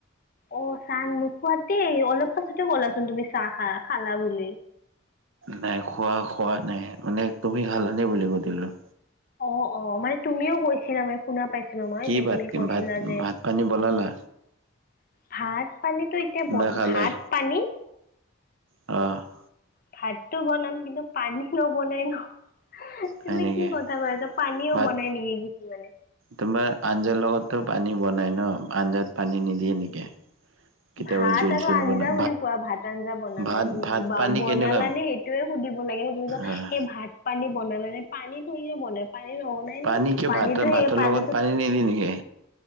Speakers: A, on the left (about 45°); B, on the right (about 70°).
A: অ' চাহ নোখোৱাতেই অলপ পাছতে কলাচোন তুমি চাহ খা-খালা বুলি।
B: নাই খোৱা খোৱা নাই মানে তুমি খালানে বুলি সুধিলোঁ।
A: অ', অ', মানে তুমিও কৈছিলা মানে শুনা পাইছিলোঁ মই
B: কি
A: যে
B: ভাত
A: তুমি কৈছিলা
B: ভাত
A: যে
B: ভাত পানী বনালা
A: ভাত পানীতো এতিয়া ব
B: নে খালাই?
A: ভাত পানী
B: অ'।
A: ভাতটো বনাম কিন্তু পানী নবনাই ন'। তুমি
B: হয় নেকি?
A: কি কথা কৈ আছা পানীও
B: ভাত
A: বনাই নেকি কিছুমানে।
B: তোমাৰ আঞ্জাৰ লগতো পানী বনাই ন আঞ্জাত পানী নিদিয়ে নেকি। কেতিয়াবা
A: ভাত
B: জোল
A: আৰু
B: চোল
A: আঞ্জা
B: বনাই
A: বুলি কোৱা ভাত আঞ্জা বনালে
B: ভাত ভাত
A: বা
B: পানী
A: বনালা
B: কেনেকুৱা
A: নে সেই তুমি সুধিব লাগে ন দুই
B: আহ
A: সেই ভাত পানী বনালে নে পানী থৰি নে বনাই পানী নবনাই।
B: পানী
A: ন
B: কিয়
A: পানীতো
B: ভাতৰ
A: সেই
B: ভাতৰ
A: পানীতো
B: লগত পানী নিদিয়ে নেকি।